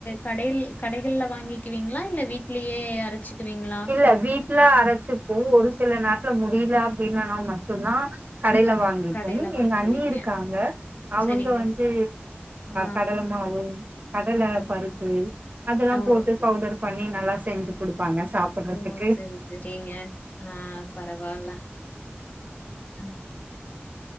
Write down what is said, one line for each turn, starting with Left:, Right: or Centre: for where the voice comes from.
Left: கடை கடைகள்ல வாங்கிக்குவீங்ளா இல்ல வீட்லயே அரைச்சுக்குவீங்ளா
Right: இல்ல வீட்ல அரச்சுப்போ ஒரு சில நாட்ல முடில அப்டின்னா மட்டுந்தா கடைல
Left: ஆ
Right: வாங்கிப்போ
Left: கடையில வாங்கிக்குவீங்க.
Right: எங்க அண்ணி இருக்காங்க அவுங்க
Left: சரிங்க.
Right: வந்து
Left: ஆ.
Right: கடல மாவு கடல
Left: ம்.
Right: பருப்பு அதெல்லா
Left: ஆ
Right: போட்டு
Left: ஓகே.
Right: பவுடர் பண்ணி நல்லா செஞ்சு குடுப்பாங்க சாப்புட்றதுக்கு
Left: ஓ செரி செரிங்க அ பரவால்ல உம்